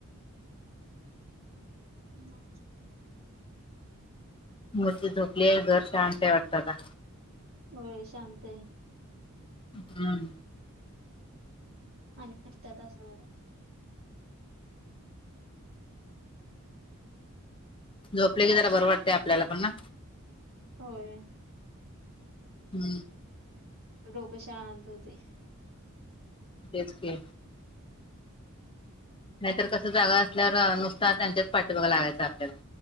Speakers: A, on the right; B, on the left.
A: हम्.
B: मुलगी झोपली आहे घर शांत वाटतात का?
A: होय शांत आहे.
B: हम्म.
A: आणि त्या तसा बर.
B: झोपले की जरा बरं वाटते आपल्याला पण ना.
A: होय.
B: हम्म.
A: डोक शांत होते.
B: तेच, की. नाहीतर कसं जागा असल्यावर नुसता त्यांच्याच पाठी मागे लागायचं आपल्याला.